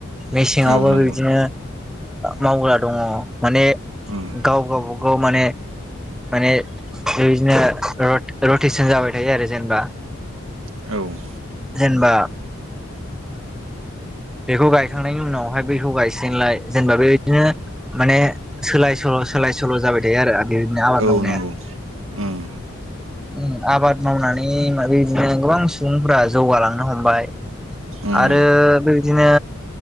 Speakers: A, in the centre; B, on the right.
A: मेसें यावबो
B: औ नंगौ
A: बिब्दिनो मावग्रा दङो। माने
B: उम
A: गाव गावबागाव माने माने बेबायदिनो <unintelligible> थायो आरो जेनेबा
B: औ
A: जेनेबा
B: <inaudible>
A: बेखौ गायखांनायनि उनावहाय बैखौ गायसिगोनलाय जेनेबा बिदिनो माने सोलाय सोल' सोलाय सोल' जाबाय थायो आरो आबादारिनि आबाद
B: औ
A: मावनाया।
B: नंगौ उम
A: उम आबाद मावनानै माबे बिदिनो गोबां सुबुंफोरा जौगालांनो हमबाय ।
B: उम
A: आरो बेबायदिनो